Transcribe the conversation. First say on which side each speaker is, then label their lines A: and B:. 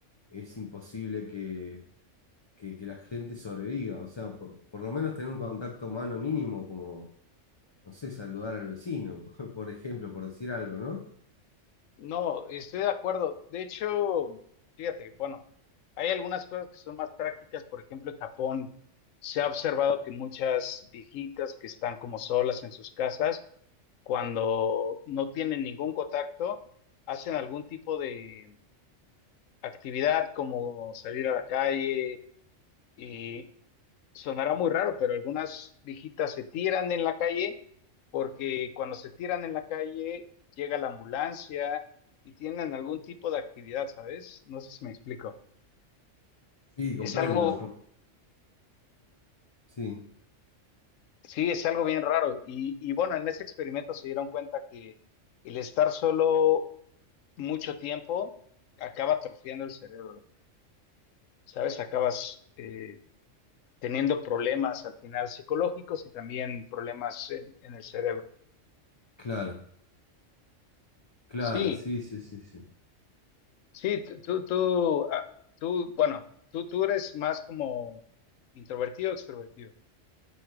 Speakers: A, on the left (about 30°); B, on the left (about 85°).
A: es imposible que, que- que la gente sobreviva, o sea, por, por lo menos tener un contacto humano mínimo, como, no sé, saludar al vecino, <laughs> por ejemplo, por decir algo, ¿no?
B: No, estoy de acuerdo. De hecho, fíjate, bueno, hay algunas cosas que son más prácticas. Por ejemplo, en Japón se ha observado que muchas viejitas que están como solas en sus casas, cuando no tienen ningún contacto, hacen algún tipo de actividad como salir a la calle y Sonará muy raro, pero algunas viejitas se tiran en la calle porque cuando se tiran en la calle llega la ambulancia y tienen algún tipo de actividad, ¿sabes? No sé si me explico.
A: Sí, comprendo,
B: Es algo,
A: sí,
B: sí, es algo bien raro. Y, y bueno, en ese experimento se dieron cuenta que el estar solo mucho tiempo acaba atrofiando el cerebro, ¿sabes? Acabas eh, teniendo problemas al final psicológicos y también problemas en, en el cerebro.
A: claro, claro,
B: Sí,
A: sí, sí, sí, sí.
B: Sí, tú, tú, tú, ah, tú, bueno, tú, tú eres más como introvertido o extrovertido.